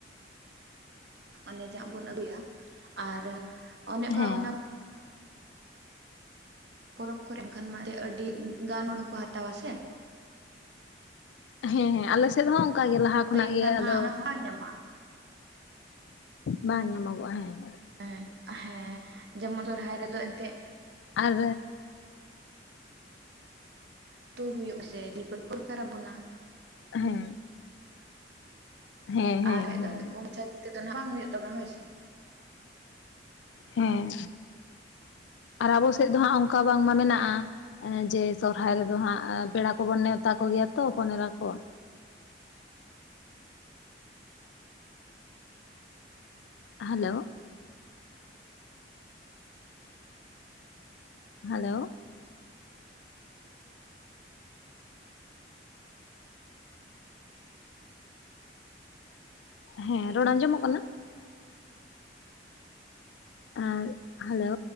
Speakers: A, on the right; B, on the left.
A: ᱚᱱᱮ ᱡᱟᱜ ᱵᱚᱱ ᱟᱹᱜᱩᱭᱟ ᱟᱨ ᱚᱱᱮᱠᱟ
B: ᱦᱮᱸ
A: ᱚᱱᱟ ᱯᱚᱨᱚᱵ ᱠᱚᱨᱮᱜ ᱠᱷᱟᱱ ᱢᱟ ᱟᱹᱰᱤ ᱜᱟᱱ ᱦᱚᱲ ᱦᱚᱸᱠᱚ ᱦᱟᱛᱟᱣᱟ ᱥᱮ
B: ᱦᱮᱸ ᱦᱮᱸ ᱟᱞᱮ ᱥᱮᱫ ᱦᱚᱸ ᱚᱱᱠᱟ ᱜᱮ ᱞᱟᱦᱟ ᱠᱷᱚᱱᱟᱜ
A: ᱮᱱᱠᱷᱟᱱ
B: ᱜᱮ ᱟᱫᱚ
A: ᱦᱟᱸᱜ ᱚᱱᱟ ᱦᱚᱸ ᱵᱟᱝ ᱧᱟᱢᱚᱜᱼᱟ
B: ᱵᱟᱝ ᱧᱟᱢᱚᱜᱚᱜᱼᱟ ᱦᱮᱸ᱾
A: ᱦᱮᱸ ᱦᱮᱸ ᱡᱮᱢᱚᱱ ᱥᱚᱨᱦᱟᱭ ᱨᱮᱫᱚ ᱮᱱᱛᱮᱫ
B: ᱟᱨ
A: ᱛᱩ ᱦᱩᱭᱩᱜ ᱥᱮ ᱡᱤᱞ ᱯᱤᱴᱷᱟᱹ ᱠᱚᱨᱮ ᱠᱷᱟᱨᱟᱯ ᱵᱚᱱᱟ
B: ᱦᱮᱸ ᱦᱮᱸ ᱦᱮᱸ
A: ᱟᱨ ᱠᱷᱟᱡ
B: ᱦᱮᱸ
A: ᱫᱚ ᱠᱚᱢ ᱢᱟᱪᱷᱟ ᱛᱮ ᱫᱚ ᱱᱟᱦᱟᱜ ᱵᱟᱝ ᱦᱩᱭᱩᱜ ᱛᱟᱵᱚᱱᱟ ᱦᱳᱭ ᱥᱮ
B: ᱦᱮᱸ ᱟᱨ ᱟᱵᱚ ᱥᱮᱜ ᱫᱚ ᱦᱟᱸᱜ ᱚᱱᱠᱟ ᱵᱟᱝᱢᱟ ᱢᱮᱱᱟᱜᱼᱟ᱾ ᱡᱮ ᱥᱚᱨᱦᱟᱭ ᱨᱮᱫᱚ ᱦᱟᱸᱜ ᱯᱮᱲᱟ ᱠᱚᱵᱚᱱ ᱱᱮᱣᱛᱟ ᱠᱚᱜᱮᱭᱟ ᱛᱚ ᱦᱚᱯᱚᱱ ᱮᱨᱟ ᱠᱚ᱾ ᱦᱮᱞᱳ ᱦᱮᱞᱳ ᱦᱮᱸ ᱨᱚᱲ ᱟᱸᱡᱚᱢᱚᱜ ᱠᱟᱱᱟ ᱮᱸᱫ ᱦᱮᱞᱳ